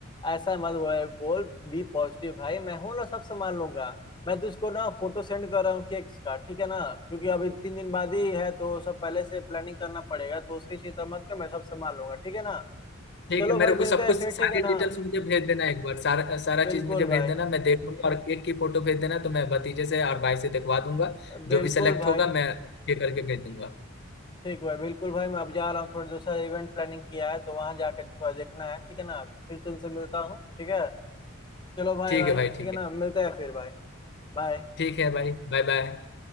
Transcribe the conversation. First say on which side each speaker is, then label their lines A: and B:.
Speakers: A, on the left (about 20°); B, on the left (about 55°).
A: ऐसा मत बोल बोल बी पॉजिटिव भाई मैं हूं ना सब संभाल लूंगा मैं तुझको ना फोटो सेंड कर रहा हूँ केक्स का ठीक है ना क्योंकि अभी तीन दिन बाद ही है तो सब पहले से प्लानिंग करना पड़ेगा तो उसकी चिंता मत कर मैं सब संभाल लूंगा ठीक है ना
B: ठीक
A: चलो
B: है मेरे
A: भाई मिलते
B: को सब
A: हैं
B: कुछ
A: फिर
B: सारी
A: ठीक है ना
B: डिटेल्स मुझे भेज देना एक बार सारा सारा
A: बिल्कुल
B: चीज मुझे भेज
A: भाई
B: देना मैं देख लूंगा और केक की फोटो भेज देना तो मैं भतीजे से और भाई से दिखवा दूंगा जो
A: बिल्कुल
B: भी सेलेक्ट
A: भाई
B: होगा मैं ये करके भेज दूंगा
A: ठीक भाई बिल्कुल भाई मैं अब जा रहा हूँ थोड़ी दूसरा इवेंट प्लानिंग किया है तो वहां जाकर थोड़ा देखना है ठीक है ना फिर तुमसे मिलता हूँ ठीक है चलो भाई
B: ठीक
A: भाई
B: है भाई
A: ठीक
B: ठीक
A: है ना
B: है
A: मिलते हैं फिर भाई बाय
B: ठीक है भाई बाय बाय